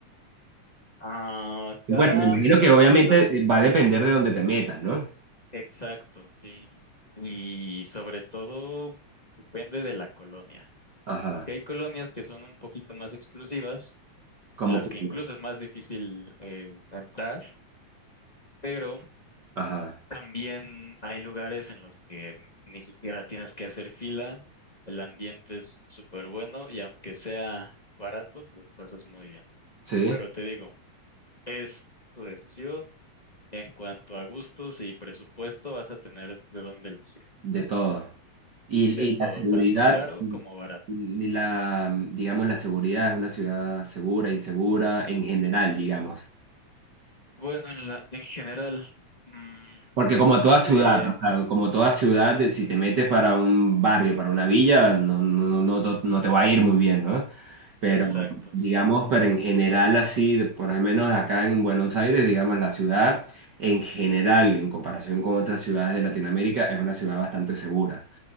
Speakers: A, on the left; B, on the right.
A: Ah,
B: Bueno,
A: cara,
B: me imagino
A: un
B: que
A: poquito
B: obviamente eh, va a depender de dónde te metas, ¿no?
A: exacto, sí. Y sobre todo depende de la colonia,
B: Ajá,
A: porque hay colonias que son un poquito más exclusivas
B: como,
A: en las
B: cumplas.
A: que incluso es más difícil eh, entrar, pero
B: ajá,
A: también hay lugares en los que ni siquiera tienes que hacer fila, el ambiente es súper bueno y aunque sea barato, te lo pasas muy bien.
B: sí,
A: Pero te digo, es tu decisión. En cuanto a gustos y presupuesto, vas a tener de dónde elegir.
B: de todo. Y,
A: De todo,
B: y la seguridad,
A: tanto caro
B: y
A: como barato.
B: y la, digamos, la seguridad es una ciudad segura, insegura, en general, digamos.
A: Bueno, en la, en general, mm,
B: Porque como toda
A: yo te
B: ciudad,
A: diría
B: o sea,
A: que,
B: como toda ciudad, eh, si te metes para un barrio, para una villa, no, no, no, no no te va a ir muy bien, ¿no? Pero
A: exacto,
B: digamos,
A: sí.
B: pero en general así, de- por lo menos acá en Buenos Aires, digamos, la ciudad en general, en comparación con otras ciudades de Latinoamérica, es una ciudad bastante segura.